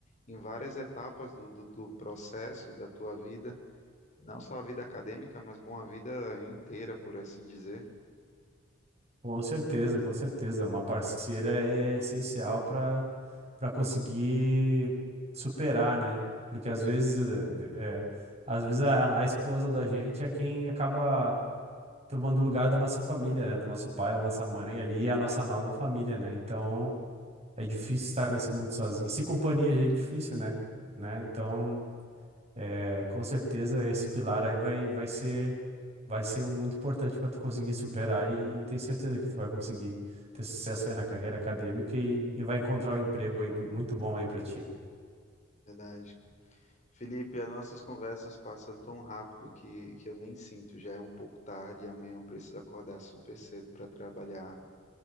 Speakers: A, on the left; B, on the right.
A: em várias etapas do, do, do processo, da tua vida. Não só a vida acadêmica, mas bom, a vida inteira, por assim dizer.
B: Com certeza, com certeza. Uma parceira é essencial para para conseguir superar, né? Porque às vezes, eh, de- eh, às vezes a, a esposa da gente é quem acaba tomando o lugar da nossa família, né? Do nosso pai, da nossa mãe ali, é a nossa nova família, né? Então é difícil estar nesse mundo sozinho. Sem companhia já é difícil, né? Né? Então. É, com certeza esse pilar aí vai, vai ser vai ser um muito importante para tu conseguir superar e, tenho certeza que tu vai conseguir ter sucesso aí na carreira acadêmica e, e vai encontrar um emprego aí bu- muito bom aí para ti.
A: Verdade. Felipe, as nossas conversas passam tão rápido que, que eu nem sinto. Já é um pouco tarde e amanhã eu preciso acordar super cedo para trabalhar.